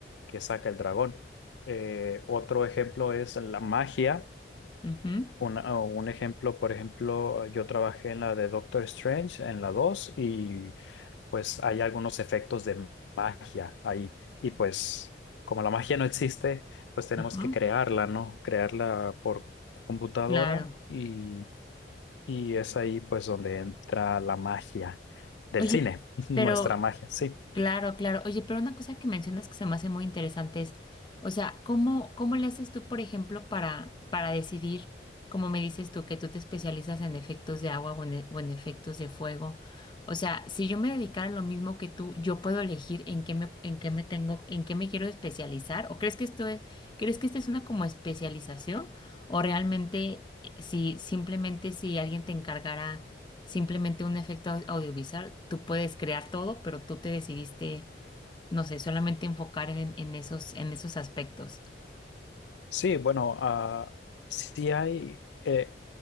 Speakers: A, on the left; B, on the left.
A: que saca el dragón. Eh, otro ejemplo es la magia.
B: Ujú,
A: Una- un ejemplo, por ejemplo, yo trabajé en la de Doctor Strange, en la 2 y pues hay algunos efectos de magia ahí. Y pues como la magia no existe, pues tenemos
B: Ajá,
A: que crearla, ¿no? Crearla por computadora
B: claro.
A: y, y es ahí pues donde entra la magia del
B: Oye,
A: cine, <laughs> nuestra
B: pero
A: magia, sí.
B: Claro, claro. Oye, pero una cosa que mencionas que se me hace muy interesante es, o sea, ¿cómo, cómo le haces tú, por ejemplo, para, para decidir, como me dices tú, que tú te especializas en efectos de agua o en, e- o en efectos de fuego? O sea, si yo me dedicara a lo mismo que tú, yo puedo elegir en qué me, en qué me tengo, en qué me quiero especializar. ¿O crees que esto es, crees que esta es una como especialización? O realmente, eh, si simplemente si alguien te encargara simplemente un efecto au- audiovisual, tú puedes crear todo, pero tú te decidiste, no sé, solamente enfocar en, en esos, en esos aspectos.
A: Sí, bueno, ah, sí hay... eh,